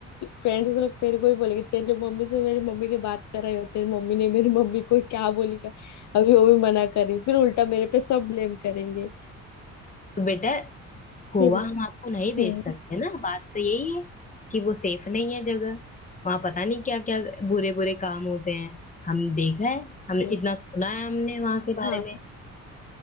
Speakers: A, on the left; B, on the left.
A: फ्रेंड्स लोग मेरे को ही बोलेंगे तेरे मम्मी से मेरी मम्मी की बात कर रही हो तेरी मम्मी ने मेरी मम्मी को क्या बोली क्या अभी वो भी मना कर रही फिर उल्टा मेरे पे सब ब्लेम करेंगे
B: तो बेटा गोवा
A: फिर
B: हम आपको नहीं भेज
A: हम्म,
B: सकते ना बात तो यही है कि वो सेफ नहीं है जगह वहां पता नहीं क्या क्या बुरे बुरे काम होते हैं हम देखा है हम
A: हम्म,
B: इतना सुना है हमने वहां के बारे
A: हाँ
B: में